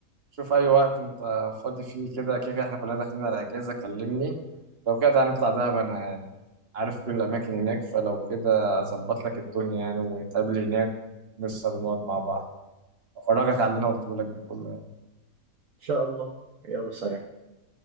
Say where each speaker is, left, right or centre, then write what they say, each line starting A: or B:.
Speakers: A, on the right (about 45°); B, on the right (about 65°).
A: شوف اي وقت انت فاضي فيه كده كده كده احنا كلنا داخلين على اجازه كلمني لو كده هنطلع دهب انا يعني عارف كل الاماكن هناك فلو كده اظبط لك الدنيا يعني ونتقابل هناك نسهر ونقعد مع بعض افرجك على اللي انا قلته لك ده كله
B: شاء الله يلا سلام